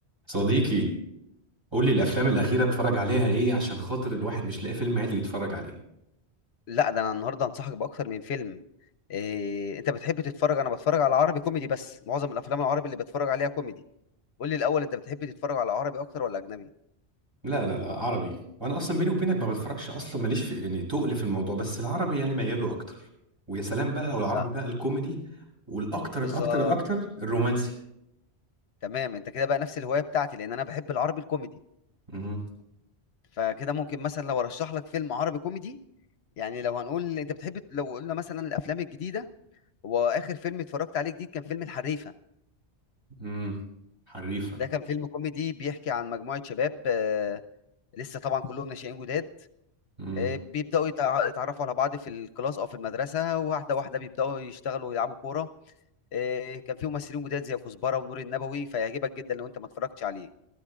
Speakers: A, on the right; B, on the left.
A: صديقي قول لي الافلام الاخيره بتفرج عليها ايه عشان خاطر الواحد مش لاقي فيلم عادي يتفرج عليه
B: لا ده انا النهارده هنصحك باكتر من فيلم إيه انت بتحب تتفرج انا بتفرج على عربي كوميدي بس معظم الافلام العربي اللي بتفرج عليها كوميدي قول لي الاول انت بتحب تتفرج على عربي اكتر ولا اجنبي
A: لا لا لا عربي وانا اصلا بيني وبينك ما بتفرجش اصلا ماليش في يعني تقل في الموضوع بس العربي يعني ميال له اكتر ويا سلام بقى لو العربي
B: لا
A: بقى الكوميدي والاكتر
B: بالظبط
A: الاكتر الاكتر الرومانسي
B: تمام انت كده بقى نفس الهوايه بتاعتي لان انا بحب العربي الكوميدي
A: امم
B: فكده ممكن مثلا لو ارشح لك فيلم عربي كوميدي يعني لو هنقول انت بتحب لو قلنا مثلا الافلام الجديده هو اخر فيلم اتفرجت عليه جديد كان فيلم الحريفه
A: امم حريفه
B: ده كان فيلم كوميدي بيحكي عن مجموعه شباب آه، لسه طبعا كلهم ناشئين جداد
A: امم
B: آه، بيبداوا يتع- يتعرفوا على بعض في الكلاس او في المدرسه واحده واحده بيبداوا يشتغلوا ويلعبوا كوره آه، كان في ممثلين جداد زي كزبره ونور النبوي فيعجبك جدا لو انت ما اتفرجتش عليه